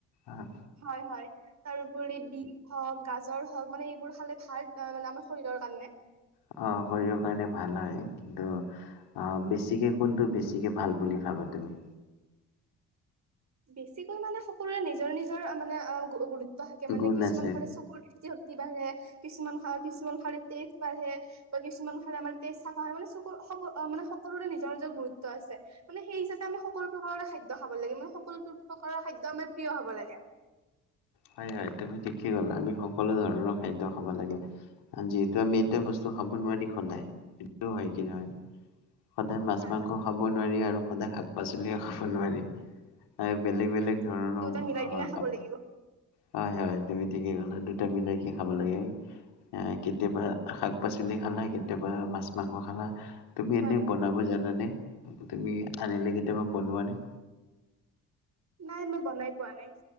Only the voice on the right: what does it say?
হয়, হয়! তাৰ উপৰি বি হওঁক, গাজৰ হওঁক মানে, এইবোৰ খালে ভাল মানে! আমাৰ শৰীৰৰ কাৰণে।
বেছিকৈ মানে সকলোৰে নিজৰ নিজৰ মানে, গুৰুত গুৰুত্ব থাকে মানে,
কিছুমান
খালে চকুৰ দৃষ্টি শক্তি বাঢ়ে। কিছুমান খা কিছুমান খালে তেজ বাঢ়ে বা কিছুমান খালে আমাৰ তেজ চাফা হয়। মানে, চকু সকলোৰে নিজৰ, নিজৰ গুৰুত্ব আছে। মানে, সেই হিচাপে আমি সকলো প্ৰকাৰৰে খাদ্য খাব লাগে। সকলো প্ৰকাৰৰ খাদ্য আমাৰ প্ৰিয় হ'ব লাগে।
হয়
হয়
দুটাই মিলাই
কিনেই খাব লাগিব।
হয়
নাই! মই বনাই পোৱা নাই।